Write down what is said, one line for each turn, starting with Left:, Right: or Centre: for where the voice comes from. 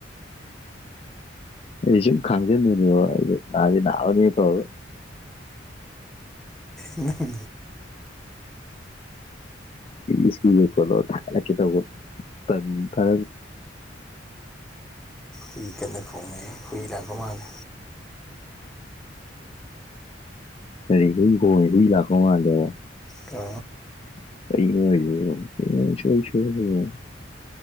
Left: ꯑꯩ ꯁꯨꯝ ꯈꯥꯡꯖꯟꯗꯣꯏꯅꯦꯕ ꯑꯩ ꯅꯍꯥꯟꯗꯤ ꯅꯥꯑꯅꯦ ꯇꯧ
Centre: ꯜ
Left: ꯏꯁꯀꯤꯦ ꯀꯣꯂꯣ ꯊ ꯀꯦ ꯇꯣ ꯊ
Centre: ꯀꯨꯏ ꯀꯅ ꯈꯣꯡꯅ ꯐꯨꯏ ꯂꯒꯣ ꯃꯥꯂꯦ
Left: ꯀꯔꯤ ꯍꯨꯏ ꯀꯣꯡꯉ ꯍꯨꯏ ꯂꯥꯛꯀꯧ ꯃꯥꯜꯗꯦꯕ
Centre: ꯇ
Left: ꯀ